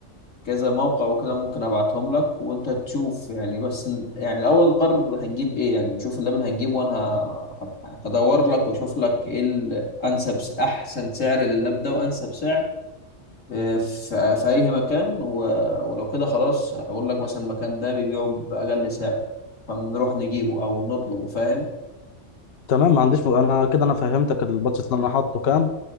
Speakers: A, on the left; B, on the left.
A: كذا موقع وكده ممكن ابعتهم لك وانت تشوف يعني بس ن- يعني الاول نقرر هنجيب ايه يعني نشوف اللبن هنجيبه وانا ه- ه- هدور لك واشوف لك ايه الانسب س- احسن سعر لللاب ده وانسب سعر آه، في في اي مكان و... ولو كده خلاص اقول لك مثلا المكان ده بيبيعه باقل سعر فنروح نجيبه او نطلبه فاهم
B: تمام ما عنديش م... انا كده انا فهمتك البادجت اللي انا حاطه كام